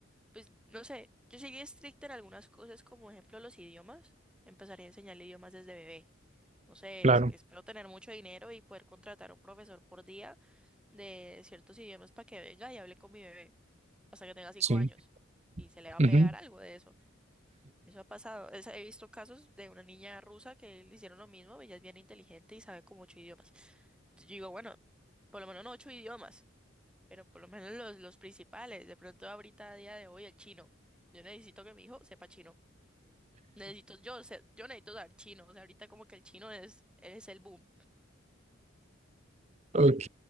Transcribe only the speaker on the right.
claro,
sí.
ujú.
Ok,